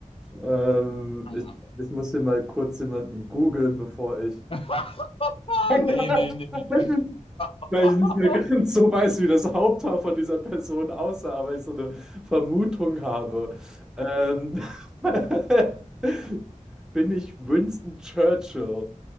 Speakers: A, in the centre; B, on the left (about 45°).
A: ähm,
B: Ah,
A: ich, ich muss hier mal kurz jemanden googeln, bevor ich
B: <laughs> ah
A: <laughs>
B: nee, nee, nee.
A: weil
B: <laughs>
A: ich nicht mehr ganz so weiß, wie das Haupthaar von dieser Person aussah, aber ich so eine Vermutung habe. Ähm, <laughs> bin ich Winston Churchill?